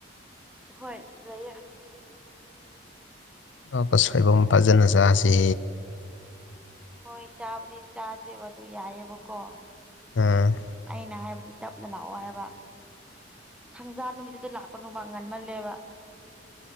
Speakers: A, in the centre; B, on the left (about 75°).
A: ꯍꯣꯏ ꯂꯩꯌꯦ
B: ꯑꯣꯛꯒ ꯁꯣꯏꯕꯨꯝ ꯐꯖꯅ ꯆꯥꯁꯦ
A: ꯍꯣꯏ ꯆꯥꯕꯨꯗꯤ ꯆꯥꯁꯦꯕ ꯑꯗꯨ ꯌꯥꯏꯑꯦꯕꯀꯣ
B: ꯎꯝ
A: ꯑꯩꯅ ꯍꯥꯏꯕꯗꯤ ꯇꯞꯅ ꯂꯥꯛꯑꯣ ꯍꯥꯏꯕ ꯊꯪꯖꯥ ꯅꯨꯃꯤꯠꯇꯨꯗ ꯂꯥꯛꯀꯅꯨꯕ ꯉꯟꯃꯜꯂꯦꯕ